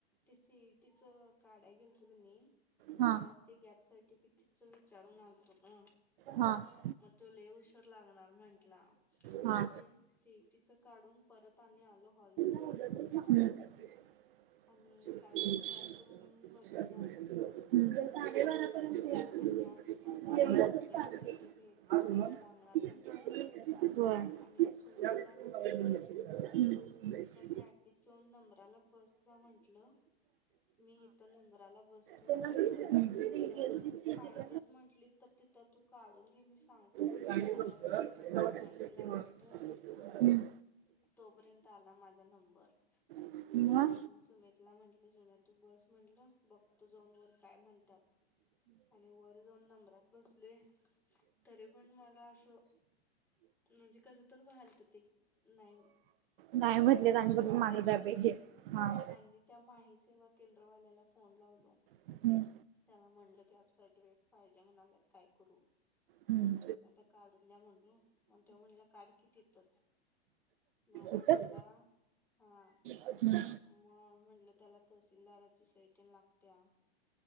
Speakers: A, in the centre; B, on the right (about 55°).
A: सी ई टी चं काय? गेल तु की नहीं
B: हा.
A: तेव्हाच ते गॅप सर्टिफिकेटच विचारून आलतो.
B: हां
A: मग तो लय उशीर लागणार म्हटला मग
B: हा.
A: ते सी ई टी चं काढून परत आणी आलो <unintelligible>
B: <unintelligible>
A: आणि काय करू
B: <unintelligible>
A: काय करू म्हणून बसलो
B: <unintelligible>
A: आणि असं पण ते गॅप सर्टिफिकेट
B: <unintelligible>
A: काढायला लागणार म्हंटलं आणि
B: <unintelligible>
A: सुमितला कॅफी झोन नंबराला बस जा म्हंटलं. मी इथ नंबराला बसतो.
B: त्यांना दुसरी दुसरी
A: जर
B: गेली सिटी
A: पाहिजेच
B: पण
A: म्हटली तर तिथं तू काढून घे. मी सांगतो म्हंटल
B: झाली
A: मोबाईल वरून. काय माहिती
B: तिथं
A: लागली तर.
B: <unintelligible>
A: तो पर्यंत आला माझा नंबर.
B: <unintelligible>
A: सुमितला म्हटल सुम्या तू बस म्हटलं बघतो जवून वर काय म्हणतात? आणी वर जाऊन नंबरात बसलूय तरी पण मला असं म्हणजे कसं तर व्हयाला आलं ते नाय
B: नाही म्हटले रांग पासून माग जाया पाहिजे. हां
A: आणि त्या महा ई सेवा केंद्रवाल्याला फोन लावलो,
B: हम्म.
A: त्याला म्हणलं की आप सर्टिफिकेट पाहिजे म्हणाल्यात काय करू?
B: हम्म
A: आता काढून द्या म्हणलो मग त्यो म्हणला काढ कि तीथच मंग म्हंटला
B: इथंच
A: हा
B: हम्म
A: मग म्हटलं त्याला तहसीलदाराची सई ते लागत्या